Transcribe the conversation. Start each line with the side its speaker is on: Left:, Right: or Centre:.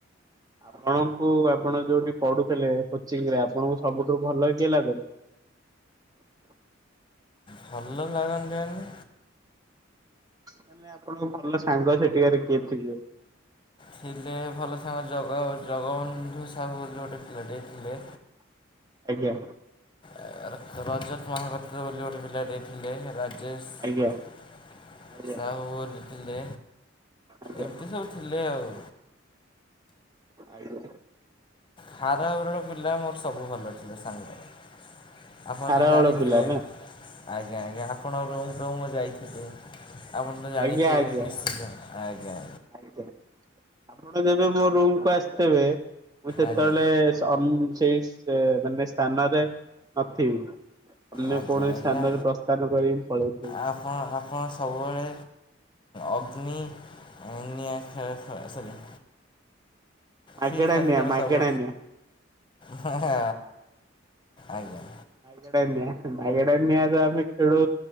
Right: ଆପଣଙ୍କୁ ଆପଣ ଯୋଉଠି ପଢୁଥିଲେ କୋଚିଂରେ ଆପଣଙ୍କୁ ସବୁଠୁ ଭଲ କିଏ ଲାଗନ୍ତି? <inaudible>
Left: ଭଲ ଲାଗନ୍ତି ମାନେ?
Right: ମାନେ ଆପଣଙ୍କ ଭଲ ସାଙ୍ଗ ସେଠିକାରେ କିଏ ଥିବେ?
Left: ଥିଲେ ଭଲ ସାଙ୍ଗ ଜଗା ଜଗବନ୍ଧୁ ସାହୁ ବୋଲି ଗୋଟେ ପିଲାଟେ ଥିଲେ।
Right: <inaudible> ଆଜ୍ଞା।
Left: ଅ ର ରଜ ତୁହାଗତ ବୋଲି ଗୋଟେ ପିଲାଟେ ଥିଲେ ରାଜେଶ
Right: ଆଜ୍ଞା ଆଜ୍ଞା
Left: ସାହୁ ବୋଲି ଥିଲେ।
Right: ଆଜ୍ଞା।
Left: ଏମତି ସବୁ ଥିଲେ ଆଉ।
Right: ଆ <unintelligible>
Left: ହାର ଓରଳ ପିଲା ମୋର ସବୁ ଭଲ ଥିଲେ ସାଙ୍ଗରେ। ଆପଣ
Right: ଖାରବେଳ
Left: ତ ଜାଣିଥିବେ
Right: ପିଲା ନା
Left: ଆଜ୍ଞା ଆଜ୍ଞା ଆପଣଙ୍କ ରୁୁମକୁ ମୁଁ ଯାଇ ଆପଣ ତ
Right: ଆଜ୍ଞା
Left: ଜାଣିଥିବେ
Right: ଆଜ୍ଞା
Left: ନିଶ୍ଚିନ୍ତ ଆଜ୍ଞା।
Right: ଆଜ୍ଞା ଆପଣ ଯେବେ ମୋ ରୁମକୁୁ ଆସଥେବେ ମୁଁ ସେତେବେଳେ
Left: ଆଜ୍ଞା
Right: ସେଇ ମାନେ ସ୍ଥାନରେ ନଥିବି। ଅନ୍ୟ
Left: ଆଜ୍ଞା
Right: କୌଣସି
Left: ଆଜ୍ଞା।
Right: ସ୍ଥାନରେ ପ୍ରସ୍ଥାନ କରି ମୁଁ ପଳେଇଥିବି
Left: ଆପଣ ଆପଣ ସବୁବେଳେ ଅଗ୍ନି ନିଆ ଖାଇବା ସରି
Right: ମାଗେଣା
Left: ଫ୍ରି ଫାୟାର
Right: ନିଆଁ
Left: ଖେଳ
Right: ମାଗେଣା
Left: ସବ
Right: ନିଆଁ।
Left: ହଁ ହଁ ଆଜ୍ଞା।
Right: ମାଗେଡ଼ା ନିଆ ମାଗେଡ଼ା ନିଆ ତ ଆମେ ଖେଳୁ